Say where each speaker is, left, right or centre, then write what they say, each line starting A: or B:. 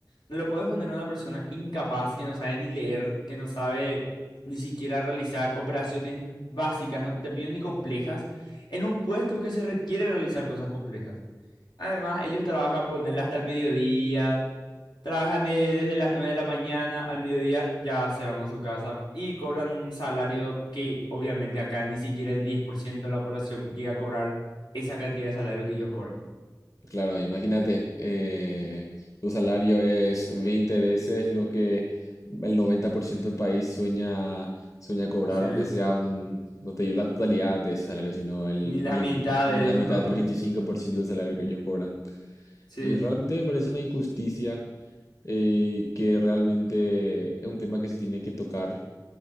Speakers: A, on the left (about 85°); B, on the left (about 45°).
A: No lo puedes poner a una persona incapaz que no sabe ni leer, que no sabe ni siquiera realizar operaciones básicas, no te pido ni complejas, en un puesto que se requiere realizar cosas complejas. Además, ellos trabajan ponerla hasta el mediodía, trabajan de- desde las 9 de la mañana al mediodía, ya se van a su casa y cobran un salario que obviamente acá ni siquiera el 10% de la población llega a cobrar esa cantidad de salario que ellos cobran.
B: Claro, imagínate, eh, tu salario es 20 veces lo que el 90% del país sueña, sueña cobrar,
A: Sí,
B: aunque sea un, no te digo la totalidad de ese salario, sino el,
A: ni la
B: ni,
A: mitad de
B: ni la
A: eso.
B: mitad, el 25% del salario que ellos cobran.
A: <laughs>
B: Y realmente
A: Sí,
B: me parece una injusticia eh, que realmente es un tema que se tiene que tocar,